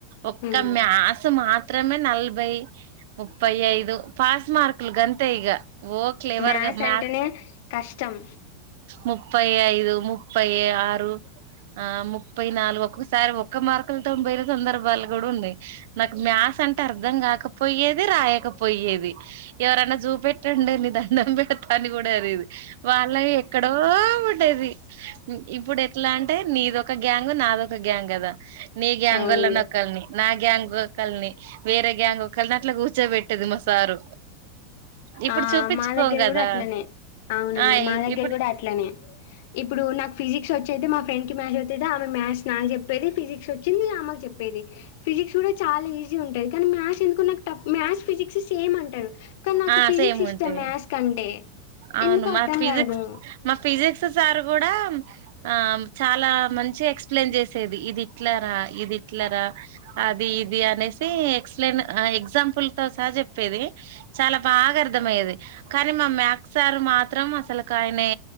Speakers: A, on the right (about 65°); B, on the left (about 60°).
A: ఒక్క
B: ఉమ్.
A: మ్యాస్ మాత్ర మాత్రమే నలభై ముప్పై ఐదు పాస్ ఉకుల్ గంతే ఇగ ఓక్లే ఎవర్గా
B: మ్యాథ్స్
A: మ్యా
B: అంటేనే కష్టం
A: ముప్పై ఐదు ముప్పై ఆరు ఆ ముప్పై నాలుగు ఒక్కొక్కసారి ఒక్క మార్కులతో పోయిన సందర్భాలు కూడా ఉన్నాయి నాకు మ్యాక్స్ అంటే అర్థం కాకపోయేది రాయకపోయేది ఎవరన్న జూ పెట్టండి ని ఇదా దండం పెడతా తానిమ్ కూడా అరిది వాళ్ళ ఎక్కడో ఉండేది ఇప్పుడు ఎట్లా అంటే నీదొక గ్యాంగ్ నాదొక గ్యాంగ్ కదా నీ గ్యాంగ్
B: అవునండి
A: అల్లోనొక్కల్ని నాక్ గ్యాంగ్ ఒకల్ని వేరే గ్యాంగ్ ఒకల్ని అట్లా కూర్చోబెట్టేది మా సారు ఇప్పుడు
B: ఆ
A: చూపించుకోం
B: మా దగ్గర
A: కదా
B: కూడా అట్లనే అవునండి
A: ఆ
B: మా దగ్గర
A: ఇప్పుడు
B: కూడా అట్లనే ఇప్పుడు నాకు ఫిజిక్స్ వచ్చేది మా ఫ్రెండ్ కి మ్యాజివల్ తిద ఆమె మ్యాస్ నా చెప్పేది ఫిజిక్స్ వచ్చింది ఆమకి చెప్పేది ఫిజిక్స్ కూడా చాలా ఈజీ జి ఉంటది కానీ మ్యాస్ ఎందుకు నాకు టఫ్ మ్యాస్ ఫిజిక్స్ సేమ్ ఉంటాది ఇక నాకు
A: ఆ
B: ఫిజిక్స్
A: సేమ్
B: ఇష్టం
A: ఉంటాయి
B: మ్యాస్ కంటే
A: అవును
B: ఎందుకో
A: మా
B: అర్థం
A: ఫిజిక్స్
B: కాదు
A: మా ఫిజిక్స్ ఫిజిక్స్ సార్ కూడా ఆ చాలా మంచి ఎక్స్ప్లెయిన్ చేసేది ఇదిట్లరా ఇది ఇట్లరా అది ఇది అనేసి ఎక్స్ప్లెయిన్ అ ఎగ్జాంపుల్ తో సాహ చెప్పేది చాలా బాగా అర్థమయ్యేది కానీ మా మ్యాక్ ఒకసారి మాత్రం అసలకు ఆయనే